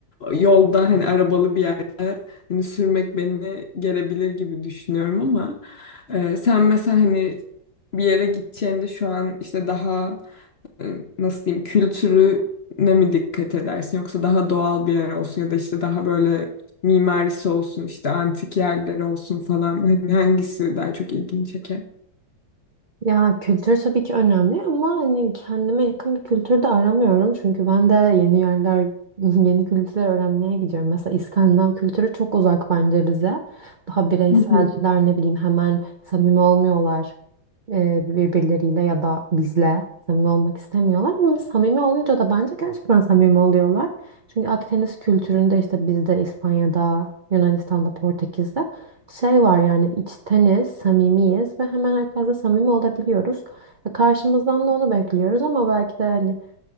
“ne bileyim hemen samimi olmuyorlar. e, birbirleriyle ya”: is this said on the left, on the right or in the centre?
Right